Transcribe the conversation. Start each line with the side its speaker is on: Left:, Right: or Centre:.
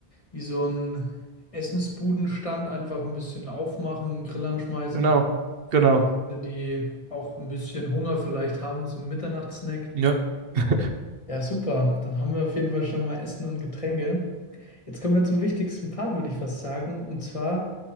Left: wie so ein Essensbudenstand einfach ein bisschen aufmachen, Grillern schmeißen
Right: Genau,
Left: für
Right: genau.
Left: die Gäste, die auch ein bisschen Hunger vielleicht haben, so ein Mitternachtssnack.
Right: Ja. <laughs>
Left: Ja, super. Dann haben wir auf jeden Fall schon mal Essen und Getränke. Jetzt kommen wir zum wichtigsten Part, würde ich fast sagen, und zwar